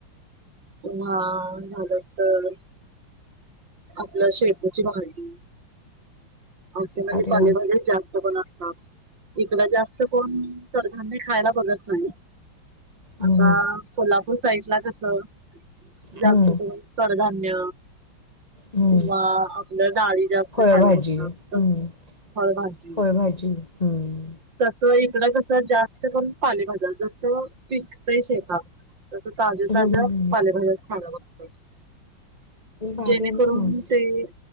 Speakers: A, on the right; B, on the left.
A: हूं आं हां झास असतं. आपल्या शेपूची भाजीं. <inaudible> अंऔश
B: अरे
A: पालेवालेचं
B: वा
A: जास्त पण असतात. ईकड जास्त कोणं कधान्य खायला बघत नाही.
B: हम्म,
A: आतां कोल्हापूर साईड लां कसं. जास्त
B: हम्म,
A: करून, कडधान्य
B: हम्म.
A: किंवा आपल्या डाळी जास्त.
B: फळभाजी
A: खायला बघतात
B: अं
A: तस
B: आहे
A: फळभाजी
B: फळभाजी. अं.
A: तसं ईकडे कसं जास्त करून, पण पालेभजा जसं पिकते शेताात. तसं ताज्या-
B: हम्म,
A: ताज्या पालेभाज्याचं खाला बघतो.
B: भारी
A: जेणेकरून
B: आहे ना मग
A: तें